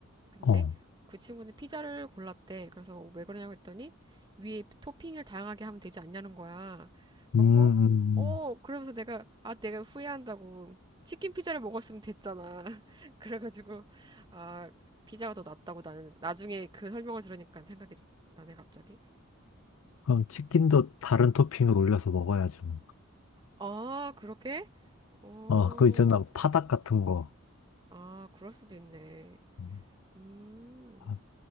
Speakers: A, on the right (about 20°); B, on the left (about 75°).
A: 근데
B: 어,
A: 그 친구는 피자를 골랐대. 그래서 왜 그러냐고 했더니 위에 토핑을 다양하게 하면 되지 않냐는 거야. 갖고
B: 음, 음, 음.
A: 어 그러면서 내가 아 내가 후회한다고 치킨 피자를 먹었으면 됐잖아. <laughs> 그래가지고 아 피자가 더 낫다고 나는 나중에 그 설명을 들으니까 생각이 나네 갑자기.
B: 그럼 치킨도 다른 토핑을 올려서 먹어야지 뭐.
A: 아 그렇게? 어
B: 어, 그거 있잖아. 파닭 같은 거.
A: 아 그럴 수도 있네.
B: 음,
A: 음
B: 아,